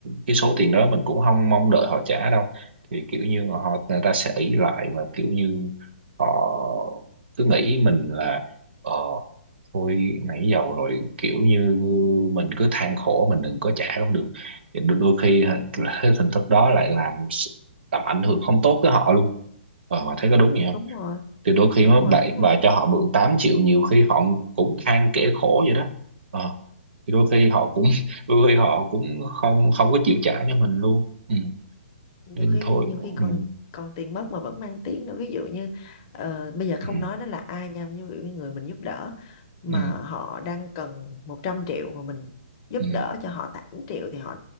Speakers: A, on the right; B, on the left.
A: cái số tiền đó mình cũng không mong đợi họ trả đâu thì kiểu như họ người ta sẽ ỷ lại và kiểu như họ cứ nghĩ mình là ờ thôi nãy giờ rồi kiểu như mình cứ than khổ mình đừng có trả cũng được Thì đôi đôi khi hả, cái hình thức đó lại làm s- làm ảnh hưởng không tốt tới họ luôn ờ mà thấy có đúng gì
B: đúng rồi
A: thì đôi khi
B: đúng
A: mà
B: rồi
A: bạn
B: đúng rồi
A: bà cho họ mượn 8 triệu nhiều khi họ cũng than kể khổ vậy đó Ờ. thì đôi khi họ cũng <laughs> đôi khi họ cũng không không có chịu trả cho mình luôn ừ.
B: nhiều
A: nên
B: khi
A: thôi
B: nhiều
A: ừ.
B: khi còn còn tiền mất mà vẫn mang tiếng nữa ví dụ như ờ, bây giờ không
A: Ừ.
B: nói đó là ai nha ví dụ như người mình giúp đỡ mà
A: Ừ.
B: họ đang cần 100 triệu mà mình giúp
A: Ừ.
B: đỡ cho họ tám triệu thì họ